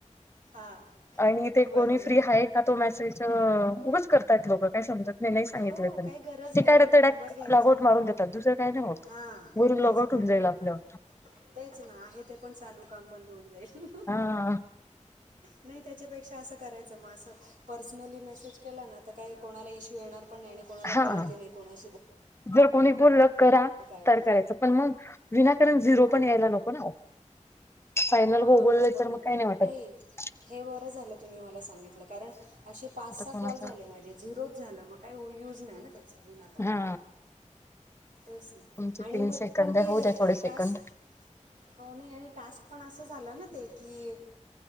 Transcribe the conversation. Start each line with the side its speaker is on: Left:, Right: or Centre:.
Right: हां
Left: आणि ते
Right: बरोबर
Left: कोणी फ्री आहे का तो मेसेज उगंच करतायत लोक काय समजत मी नाही सांगितलं
Right: हो
Left: तरी
Right: काही गरज नाही
Left: ते कायडतड
Right: उलट नंबर घ्यायचा
Left: लागवट मारून देतात दुसरं काय नाही होत
Right: हां
Left: वरून
Right: तेच
Left: लॉगआउट
Right: ना
Left: होऊन
Right: आणि
Left: जाईल
Right: लव
Left: आपलं
Right: तेच ना आहे ते पण चालू काम बंद होऊन जाईल
Left: हा
Right: नाही त्याच्यापेक्षा असं करायचं मासं पर्सनली मेसेज केला ना तर काही कोणाला इश्यू येणार पण नाही आणि कोणाला
Left: हा
Right: कळत नाही कोणाशी बोल
Left: जर कोणी बोलल करा
Right: काय
Left: तर
Right: बोल
Left: करायचं पण मग विनाकारण झिरो
Right: हां
Left: पण यायला नको ना फायनल
Right: हां
Left: होगोलले
Right: ते पण
Left: तर
Right: आहे
Left: मग काही नाही वाटत
Right: हे बरं झालं तुम्ही मला सांगितलं कारण असे पाच
Left: आता
Right: सहा
Left: कोणाचा
Right: कॉल झाले माझे झिरो झालं मग का तो युज नाही ना त्याच विनाकारण
Left: हा
Right: तरच नाही
Left: तुमचे
Right: आणि
Left: तीन
Right: मग
Left: सेकंद
Right: पण
Left: आहे,
Right: ते
Left: होऊ द्या थोडे सेकंद
Right: तास हो नाही आणि टास्क पण असं झालं ना ते की